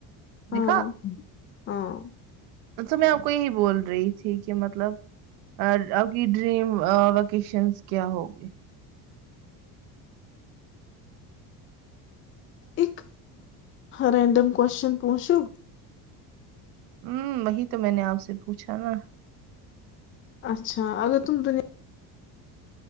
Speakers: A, on the left; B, on the right.
A: ہاں
B: دیکھا
A: ہاں
B: تو میں آپ کو یہی بول رہی تھی کہ مطلب آپ کی ڈریم وکیشنس کیا ہوگی
A: ایک رینڈم کوشچن پونچو
B: ہوں وہی تو میں نے آپ سے پوچھا نا
A: اچھا اگر تم دنیا